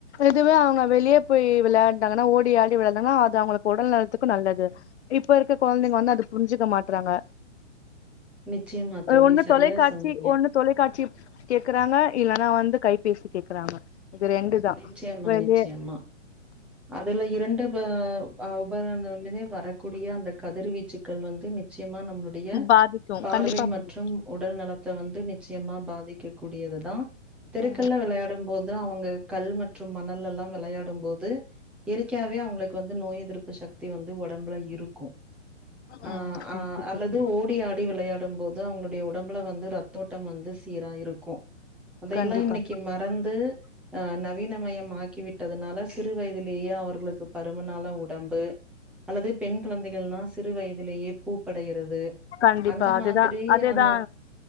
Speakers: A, on the left; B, in the centre.
A: இதுவே அவங்க வெளியே போய் விளையாங்கன்னா ஓடி ஆடி விளையாடு அது அவங்களுக்கு உடல் நலத்துக்கும் நல்லது இப்ப இருக்க குழந்தைங்க வந்து அது புரிஞ்சுக்க மாட்றாங்க
B: நிச்சயமா தோழி,
A: ஒண்ணு
B: சரியா
A: தொலைக்காட்சி
B: சொன்னீங்க.
A: ஒண்ணு தொலைக்காட்சி கேக்குறாங்க இல்லனா வந்து கைபேசி கேக்குறாங்க இது ரெண்டுதா
B: நிச்சயமா
A: வெளிய
B: நிச்சயமா அதுல இரண்டு உபா ஆஹ் உபகன உபகணமே வரக்கூடிய அந்த கதிர்வீச்சுகள்ள வந்து நிச்சயம் முக்கியமா நம்மளுடைய
A: பாதிக்கு
B: பார்வை
A: கண்டிப்பா
B: மற்றும்
A: பாதிக்கு
B: உடல் நலத்தை வந்து நிச்சயமா பாதிக்க கூடியதுதா தெருக்கல்ல
A: ம்
B: விளையாடும் போது அவங்க கல் மற்ற மற்றும் மணலெல்லா விளையாடும் போது இயற்கையாவே அவங்களுக்கு வந்து நோய் எதிர்ப்பு சக்தி வந்து உடம்புல இருக்கும்
A: ம்
B: அ
A: கண்டிப்பா
B: அ அல்லது ஓடி ஆடி விளையாடும் போது அவங்களுடைய உடம்புல வந்து ரத்தோட்டம் வந்து சீரா இருக்கும் அதையெல்லாம்
A: கண்டிப்பா
B: இன்னைக்கு மறந்து அ நவீனமயம் ஆக்கி விட்டதுனால ச இதுலையே அவர்களுக்கு பருமநாள உடம்பு அல்லது பெண் குழந்தைகள்னா சிறு வயதிலேயே பூப்படையிறது
A: கண்டிப்பா
B: அந்த
A: அதுதா
B: மாதிரியான
A: அதேதா